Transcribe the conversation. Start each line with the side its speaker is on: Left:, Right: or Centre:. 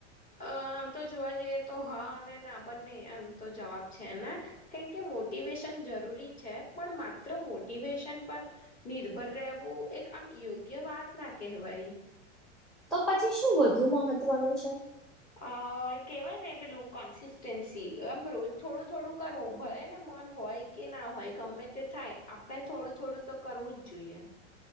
Left: અ આમ તો જોવા જઈએ તો હા અને ના બંને એમ તો જવાબ છે ને કેમ કે મોટિવેશન જરૂરી છે પણ મ મોટિવેશન પર નિર્ભર રહેવું એક આમ યોગ્ય વાત ના કહેવાય.
Centre: તો પછી શું વધુ મહત્વનું છે.
Left: અ કેવાય ને પેલું કન્સિસ્ટન્સી સી એમ રોજ થોડું થોડું કરવું ભલે ને મન હોય કે ના હોય ગમે તે થાય આપણે થોડું થોડું તો કરવું જ જોઈએ